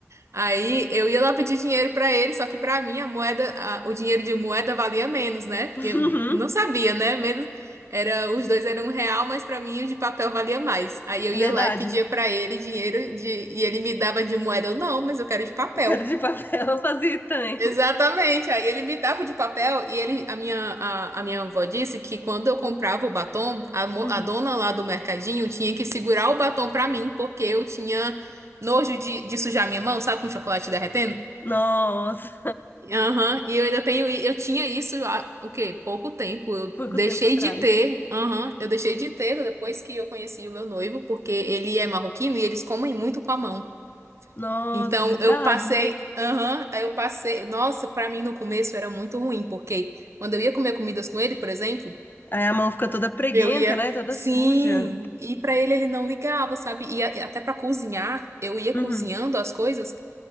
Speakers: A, on the right (about 65°); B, on the left (about 40°).
A: Aí
B: Nossa.
A: eu ia lá pedir dinheiro pra ele, só que pra mim a moeda, a- o dinheiro de moeda valia menos, né? Porque
B: Uhum.
A: eu não sabia, né? Menos era, os dois eram um real, mas pra mim o de papel valia mais. Aí eu
B: Verdade.
A: ia lá e pedia pra ele dinheiro de e ele me dava de moeda, eu não, mas eu quero de papel.
B: quero de papel eu fazia também.
A: Exatamente. Aí ele me dava o de papel e ele, a minha, a, a minha avó disse que quando eu comprava o batom, a, mo-
B: Uhum.
A: a dona lá do mercadinho tinha que segurar o batom pra mim, porque eu tinha nojo de, de sujar minha mão, sabe, com chocolate derretendo?
B: Nossa,
A: Aham, e eu ainda tenho, i- eu tinha isso há, o quê? Pouco tempo. Eu
B: foi
A: deixei
B: com o tempo atrás.
A: de ter, aham, eu deixei de ter depois que eu conheci o meu noivo, porque ele é marroquino e eles comem muito com a mão.
B: Nossa,
A: Então
B: verdade.
A: eu passei, aham, aí eu passei, nossa, pra mim no começo era muito ruim, porque quando eu ia comer comidas com ele, por exemplo,
B: Aí a mão fica toda preguenta,
A: eu ia,
B: né? Toda
A: sim,
B: suja.
A: e pra ele ele não ligava, sabe? E a- até pra cozinhar, eu ia
B: Uhum.
A: cozinhando as coisas